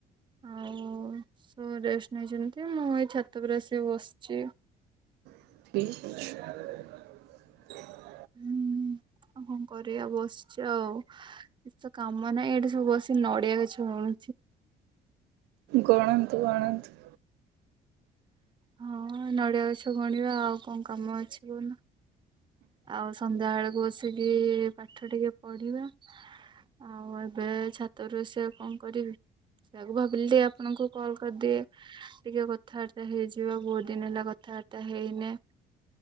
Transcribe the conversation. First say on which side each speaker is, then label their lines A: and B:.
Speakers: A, on the right; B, on the right.
A: ଆଉ ରେଷ୍ଟ ନେଇଛନ୍ତି ମୁଁ ଏଇ ଛାତ ଉପ ଆସିକି ବସିଛି।
B: ଠିକ।
A: ହୁଁ ଆଉ କଣ କରିବା ବସିଛି ଆଉ ତ କାମ ନାହିଁ ଏଇଠି ସବୁ ବସି ନଡ଼ିଆ ଗଛ ଗଣୁଛି।
B: ଗଣନ୍ତୁ ଗଣନ୍ତୁ।
A: ହଁ ନଡିଆ ଗଛ ଗଣିବା ଆଉ କଣ କାମ ଅଛି କହୁନ। ଆଉ ସନ୍ଧ୍ୟା ବେଳକୁ ଆସିକି ପାଠ ଟିକେ ପଢିବା ଆଉ ଏବେ ଛାତରୁ ସେବା କଣ କରିବି ସେୟକୁ ଭାବିଲି ଟିକ ଆପଣଙ୍କୁ କଲ କରିଦିଏ ଟିକେ କଥାବାର୍ତ୍ତା ହେଇଯିବ ବହୁତ ଦିନ ହେଲା କଥାବାର୍ତ୍ତା ହେଇନେ।